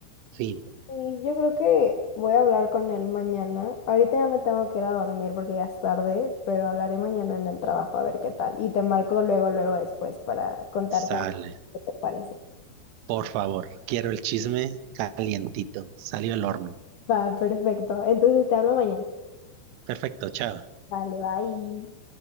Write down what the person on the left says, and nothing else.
Sí, Yo creo que voy a hablar con él mañana. Ahorita ya me tengo que ir a dormir porque ya es tarde, pero hablaré mañana en el trabajo a ver qué tal. Y te marco luego, luego después para contarte
qué te parece.
Va, perfecto. Entonces te hablo mañana.
Vale, bye.